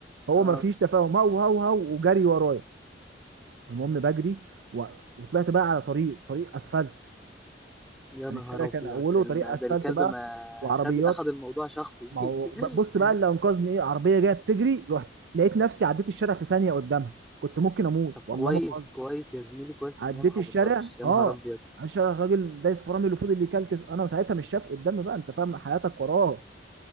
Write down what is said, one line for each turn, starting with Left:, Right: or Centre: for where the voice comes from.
Right: هو
Centre: آه.
Right: ما فيش تفاهم هو هو هو وجري ورايا المهم بجري و... وطلعت بقى على طريق طريق أسفلت
Centre: يا
Right: يعني
Centre: نهار
Right: الشارع كان
Centre: أبيض!
Right: أوله
Centre: ده الم
Right: طريق أسفلت
Centre: ده الكلب
Right: بقى
Centre: ما
Right: وعربيات
Centre: خد أخد الموضوع شخصي.
Right: ما هو
Centre: <laughs>
Right: ب- بص بقى اللي انقذني ايه عربيه جايه بتجري رحت لقيت نفسي عديت الشارع في ثانيه قدامها كنت ممكن اموت
Centre: طب
Right: والله
Centre: كويس،
Right: ما بهزر
Centre: كويس يا زميلي كويس
Right: عديت
Centre: إن هي ما خبطتكش،
Right: الشارع
Centre: يا
Right: اه
Centre: نهار أبيض!
Right: على الشارع الراجل دايس فرامل وفضل اللي يكلكس انا ساعتها مش شايف قدامي بقى انت فاهم حياتك وراه